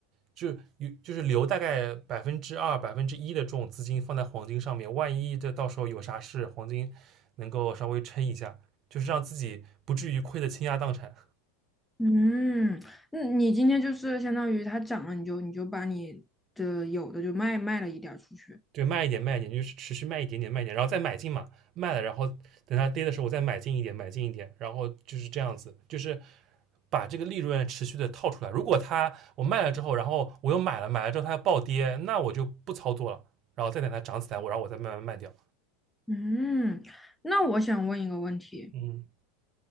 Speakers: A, on the right (about 40°); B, in the centre.
A: 就有就是留大概百分之二、百分之一的这种资金放在黄金上面，万一这到时候有啥事，黄金能够稍微撑一下，就是让自己不至于亏得倾家荡产。
B: 嗯，那你今天就是相当于它涨了，你就你就把你的有的就卖卖了一点儿出去。
A: 对，卖一点，卖一点，就是持续卖一点点，卖一点，然后再买进嘛，卖了，然后等它跌的时候，我再买进一点，买进一点，然后就是这样子，就是把这个利润持续的套出来。如果它我卖了之后，然后我又买了，买了之后它要暴跌，那我就不操作了，然后再等它涨起来，我然后我再慢慢卖掉。
B: 嗯，那我想问一个问题，
A: 嗯